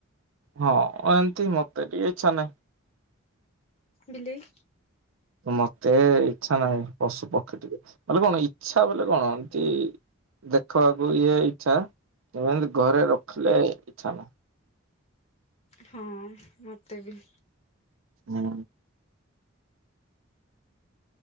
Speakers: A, on the right; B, on the left.
A: ହଁ ଏମତି ମତେ ଟିକେ ଇଚ୍ଛା ନାହିଁ।
B: ବିଲେଇ
A: ମତେ ଇଚ୍ଛା ନାହିଁ ପଶୁ ପକ୍ଷୀ ଟିକେ ବଲେ କଣ ଇଛା ବଲେ କଣ ଏମତି ଦେଖ ଇଏ ଇଚ୍ଛା ଏମିତି ଘରେ ରଖିଲେ ଇଛା ନାହଁ।
B: ହଁ ମୋତେ ବି।
A: ହୁଁ।